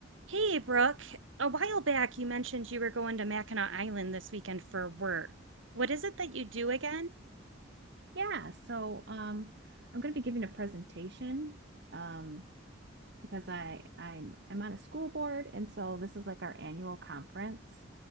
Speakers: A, on the right; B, on the right.
A: Hey, Brooke. A while back, you mentioned you were going to Mackinac Island this weekend for work. What is it that you do again?
B: Yeah, so um, I'm going to be giving a presentation um, because I I'm I'm on a school board, and so this is like our annual conference,